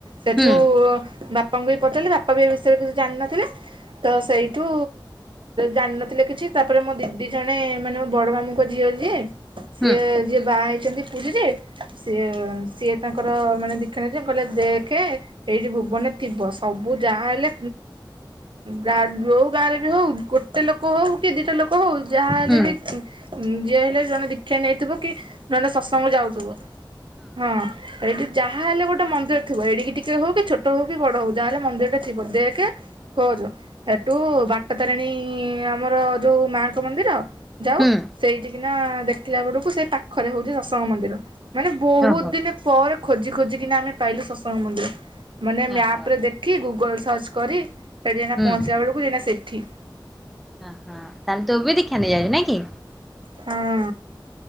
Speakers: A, on the right; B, in the centre.
A: ସେଠୁ
B: ହୁଁ
A: ବାପାଙ୍କୁ ବି ପଚାରିଲେ ବାପା ବି ଏ ବିଷୟରେ କିଛି ଜାଣିନଥିଲେ। ତ ସେଇଠୁ ଜାଣିନଥିଲେ କିଛି ତାପରେ ମୋ ଦିଦି ଜଣେ ମାନେ ମୋ ବଡ଼ ମାମୁଙ୍କ ଝିଅ ଯିଏ ସିଏ
B: ହୁଁ
A: ଯିଏ ବାହା ହେଇଛନ୍ତି ପୁରୀରେ ସିଏ ସିଏ ତାଙ୍କ ତାଙ୍କର ମାନେ ଦୀକ୍ଷା ନେଇଛନ୍ତି କହିଲେ ଦେଖେ ସେଇଠି ଭୁବନରେ ଥିବ ସବୁ ଯାହାହେଲେ ଗାଁ ଯଉ ଗାଁରେ ବି ହଉ ଗୋଟେ ଲୋକ ହଉ କି ଦିଟା ଲୋକ ହଉ ଯାହା ହେଲେ
B: ହୁଁ
A: ବି ଯିଏ ହେଲେ ଜଣେ ଦୀକ୍ଷା ନେଇଥିବ କି ନହେଲେ ଶତ୍ସଙ୍ଗ ଯାଉଥିବ, ହଁ। ସେଇଠି ଯାହା ହେଲେ ଗୋଟେ ମନ୍ଦିର ଥିବ, ଏଡିକି ଟିକେ ହଉ କି ଛୋଟ ହଉ କି ବଡ ହଉ ଯାହା ହେଲେ ମନ୍ଦିର ଟା ଥିବ, ଦେଖେ ଖୋଜ ସେଠୁ ବାଟ ତାରିଣୀ ଆମର ଯଉଁ ମାଆଙ୍କ ମନ୍ଦିର ଯାଉ
B: ହୁଁ।
A: ସେଇଠିକିନା ଦେଖିଲା ବେଳକୁ ସେଇ ପାଖରେ ହଉଛି ଶତ୍ସଙ୍ଗ ମନ୍ଦିର। ମାନେ ବହୁତ
B: ଓହୋ
A: ଦିନି ପରେ ଖୋଜି ଖୋଜିିକିନା ଆମେ ପାଇଲୁ ଶତ୍ସଙ୍ଗ ମନ୍ଦିର। ମାନେ
B: ଓହୋ
A: ମ୍ୟାପ୍ରେ ଦେଖି ଗୁଗଲ୍ ସର୍ଚ୍ଚ କରି ସେଠିଯାଇକିନା
B: ହୁଁ।
A: ପହଞ୍ଚିଲା ବେଳକୁ ଯାଇନା ସେଠି।
B: ହଁ ହଁ ତାହଲେ ତୁ ବି ଦୀକ୍ଷା ନେଇଯାଇଛୁ ନାଇଁ କି?
A: ହଁ।